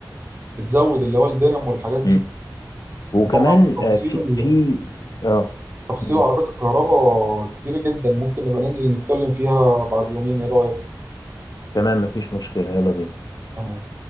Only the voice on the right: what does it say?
بتزود اللي هو الدينامو والحاجات دي
وطبعا تفاصيل
ال-
تفاصيل
عربيات الكهرباء كتير جدا ممكن نبقى ننزل نتكلم فيها بعد يومين ايه رأيك
تمام